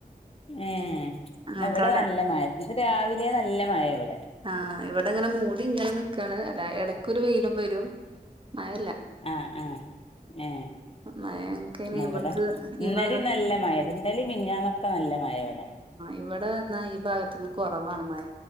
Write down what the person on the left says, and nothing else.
ഏ ന്നിവിടെ
നല്ല മഴ ഇന്ന് രാവിലെ നല്ല മഴ ഇവടെ
ആഹ ആഹ ഏ
<unintelligible>
ഇന്നലി
നല്ല മഴ ഇന്നലി മിഞ്ഞന്നൊക്കെ നല്ല മഴ വെടെ